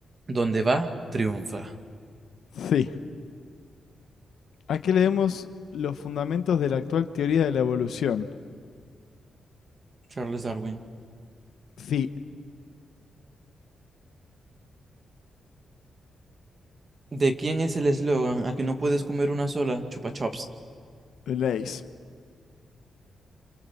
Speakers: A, on the right; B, on the left.
A: Donde va, triunfa.
B: Sí. Aquí leemos los fundamentos de la actual teoría de la evolución.
A: Charles Darwin.
B: Sí,
A: ¿De quién es el eslogan a que no puedes comer una sola? Chupa Chups.
B: leis.